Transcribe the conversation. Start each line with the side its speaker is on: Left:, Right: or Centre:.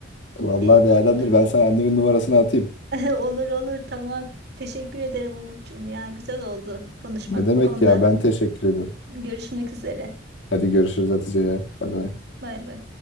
Left: Vallahi
Right: e,
Left: değerlendir.
Right: bu durum.
Left: Ben sana annemin numarasını atayım.
Right: <laughs> Olur olur tamam. Teşekkür ederim Umut'cum ya. Güzel oldu konuşmak
Left: Ne demek
Right: bu konuda.
Left: ya? Ben teşekkür ederim.
Right: Görüşmek üzere.
Left: Hadi görüşürüz Hatice ya. Bay bay.
Right: Bay bay.